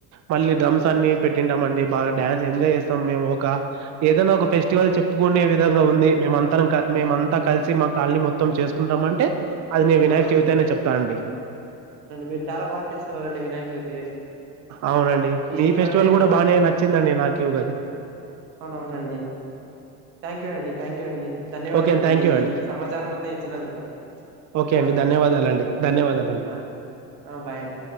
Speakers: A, on the right (about 35°); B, on the right (about 80°).
A: మళ్ళీ డ్రమ్స్ అన్ని పెట్టింటాం అండి బాగా డాయాన్స్ ఎంజాయ్ చేస్తాం మేము ఒక ఏదైనా ఒక ఫెస్టివల్ చెప్పుకునే విధంగా ఉంది మేమంతరం మేమంతా కలిసి మా కాలనీ మొత్తం చేసుకుంటాం అంటే అది నేను వినాయక
B: అవునండి
A: చవితి అని చెప్తానండి
B: మీరు చాలా బాగా అవునండి వినాయక చవితి
A: అవునండి
B: ఈ
A: మీ
B: ఇన్ఫర్మేషన్
A: ఫెస్టివల్ కూడా బానే నచ్చిందండి నాకు గది
B: అవును అవునండి థ్యాంక్ యూ అండి థ్యాంక్ యూ అండి ధన్యవాదములు
A: ఓకే అండి థ్యాంక్
B: ఈ
A: యూ అండి
B: సమాచారం మొత్తం ఇచ్చినందుకు
A: ఓకే
B: ధన్యవాదాలండి
A: అండి ధన్యవాదాల అండి ధన్యవాదాలు
B: ఆ ఆ భాయ్ అండి